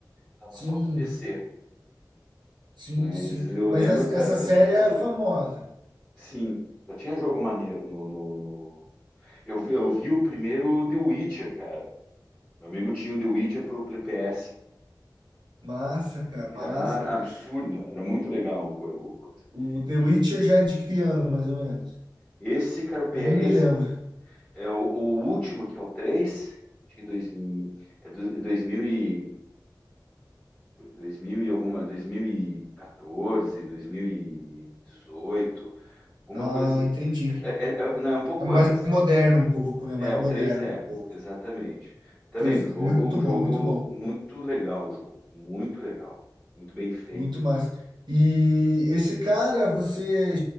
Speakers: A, in the centre; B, on the right (about 75°).
A: tava
B: sim,
A: só com PC.
B: sim,
A: Mas
B: sim.
A: eu
B: Mas
A: lembro,
B: essa,
A: cara,
B: essa
A: que
B: série
A: é assustador.
B: é famosa.
A: Sim, só tinha jogo maneiro no, no, no- Eu, vi- eu vi o primeiro The Witcher, cara. Meu amigo tinha o The Witcher pro PS.
B: Massa, cara,
A: E, Cara,
B: massa.
A: absurdo. Era muito legal o, co- o coisa.
B: O The
A: E
B: Witcher já é de que ano, mais ou menos?
A: esse, cara, o PE,
B: Eu nem me
A: esse
B: lembro.
A: é o, o último, que é o três acho que dois, mil- é do- dois mil e, 2000 e alguma, 2014, 2018, alguma
B: Ah,
A: coisa.
B: entendi.
A: É, é- é- é, não, é um pouco
B: É mais
A: antes.
B: moderno um pouco, né? Mais
A: É, o
B: moderno
A: 3 é,
B: um pouco.
A: exatamente. Também
B: Tes-
A: um jogo,
B: Muito
A: um
B: bom,
A: jogo
B: muito bom.
A: muito legal, o jogo. Muito legal. Muito bem feito.
B: Muito massa. E esse cara, você,